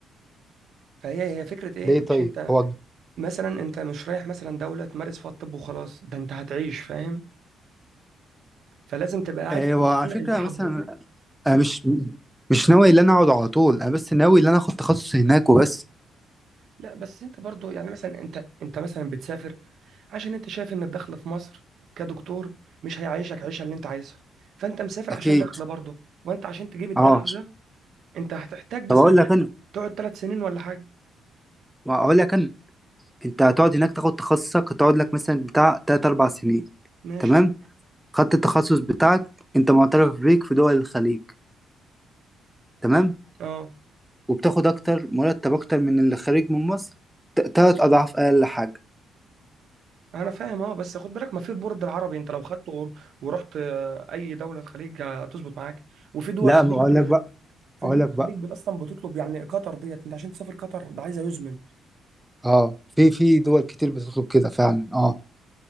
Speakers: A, on the right; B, in the centre.
A: فهي هي فكرة ايه
B: ليه
A: مش
B: طيب
A: انت
B: هو
A: مثلا انت مش رايح مثلا دولة تمارس فيها الطب وخلاص ده انت هتعيش فاهم فلازم تبقى قاعد
B: آه،
A: في
B: وعلى
A: المكان
B: فكرة
A: اللي انت حابه
B: مثلا أنا مش مش ناوي إن أنا أقعد على طول أنا بس ناوي إن أنا آخد تخصص هناك وبس
A: لا بس انت برضو يعني مثلا انت انت مثلا بتسافر عشان انت شايف ان الدخل في مصر كدكتور مش هيعيشك عيشة اللي انت عايزها فانت مسافر
B: أكيد
A: عشان دخل برضه وانت عشان تجيب الدخل
B: أه
A: ده انت هتحتاج
B: طب
A: مثلا
B: أقول لك أنا
A: تقعد ثلاث سنين ولا حاجة
B: ما أقول لك أنا أنت هتقعد هناك تاخد تخصصك هتقعد لك مثلا بتاع تلات أربع سنين
A: ماشي
B: تمام خدت التخصص بتاعك أنت معترف بيك في دول الخليج تمام
A: اه
B: وبتاخد أكتر مرتب أكتر من اللي خارج من مصر ت- تلات أضعاف أقل حاجة
A: انا فاهم اه بس خد بالك ما في البورد العربي انت لو خدته ور- ورحت آه، اي دوله خليج هتظبط معاك وفي دول
B: لا
A: خليج
B: ما أقول لك بقى
A: في
B: أقول
A: دول
B: لك
A: خليج
B: بقى
A: بت- اصلا بتطلب يعني قطر ديت انت عشان تسافر قطر ده عايزه يزمل
B: أه في في دول كتير بتطلب كده فعلا أه